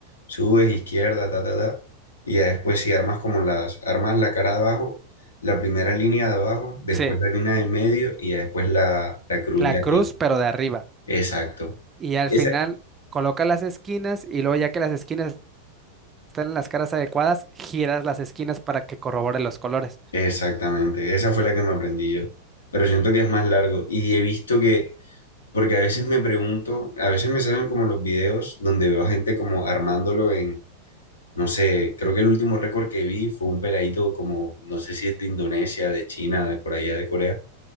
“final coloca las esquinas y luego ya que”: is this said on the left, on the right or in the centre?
Right